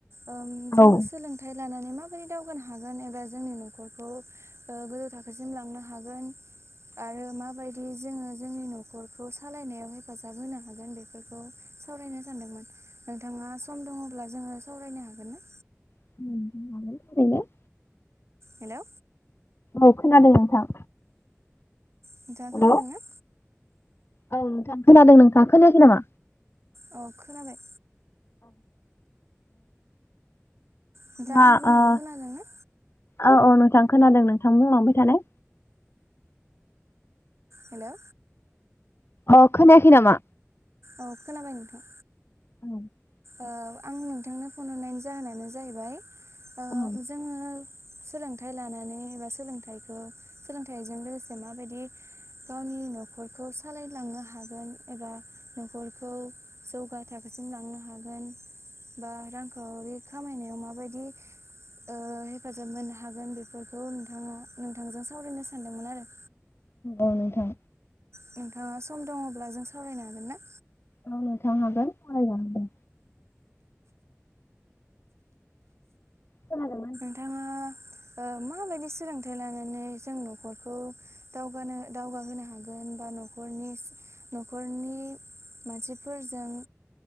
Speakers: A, on the right; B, on the left.
A: ओं जों
B: औ
A: सोलोंथाइ लानानै माबोरै दावगानो हागोन एबा जोंनि न'खरखौ गोजौ थाखोसिम लांनो हागोन आरो माबायदि जोङो जोंनि न'खरखौ सालायनायाव हेफाजाब होना हागोन बेफोरखौ सावरायनो सानदोंमोन। नोंथाङा सम दङब्ला जोङो सावरायनो हागोन ना?
B: ओरैनो
A: हेल'
B: औ खोनादों नोंथां।
A: नोंथांआ
B: हेल'
A: खोनादोंना?
B: औ नोंथां खोनादों नोंथ खोनायाखै नामा
A: अ खोनाबाय नोंथाङा आं
B: औ
A: बुंनायखौ खोनादोंना?
B: औ औ नोंथां खोनादों नोंथां बुंलांबाय थालाय
A: हेल'
B: अ खोनायाखै नामा
A: औ खोनाबाय नोंथां
B: औ
A: ओ आं नोंथांनो फन हरनायनि जाहोनानो जाहैबाय
B: औ
A: जोङो सोलोंथाइ लानानै एबा सोलोंथाइखौ सोलोंथाइजों लोगोसे माबायदि गावनि न'खरखौ सालायलांनो हागोन एबा न'खरखौ जौगा थाखोसिम लांनो हा थांगोन बा रांखावरि खामायनायाव माबायदि हेफाजाब मोननो हागोन बेफोरखौ नोंथाङा नोंथांजों सावरायनो सानदोंमोन आरो
B: औ नोंथां
A: नोंथाङा सम दङब्ला जों सावरायनो हागोनना
B: औ नोंथां हागोन फरायलांदो खोनादोंना
A: नोंथाङा माबायदि सोलोंथाइ लानानै जों न'खरखौ दावगानो दावगाहोनो हागोन बा नखरनि न'खरनि मानसिफोरजों